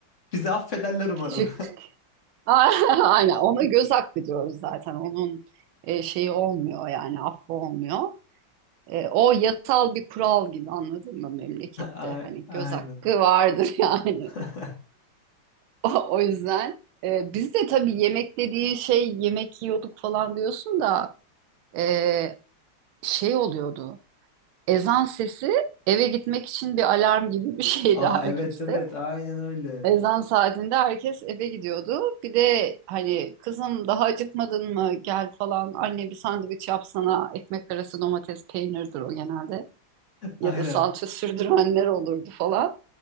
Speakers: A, on the left (about 35°); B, on the right (about 85°).
A: Bizi affederler umarım.
B: Küçük. <laughs> Aynen ona göz hakkı diyoruz zaten. Onun e, şeyi olmuyor yani affı olmuyor. E, o yasal bir kural gibi anladın mı memlekette?
A: <laughs> A-
B: Hani
A: Aynen.
B: göz hakkı vardır <laughs> yani.
A: <laughs>
B: O, o yüzden e, biz de tabii yemek dediğin şey yemek yiyorduk falan diyorsun da e, şey oluyordu. Ezan sesi eve gitmek için bir alarm gibi bir <laughs> şeydi
A: Aa
B: herkeste.
A: evet evet aynen öyle.
B: Ezan saatinde herkes eve gidiyordu. Bir de hani kızım daha acıkmadın mı gel falan anne bir sandviç yapsana ekmek arası domates peynirdir o genelde
A: <laughs> Aynen.
B: ya da salça sürdürenler olurdu falan.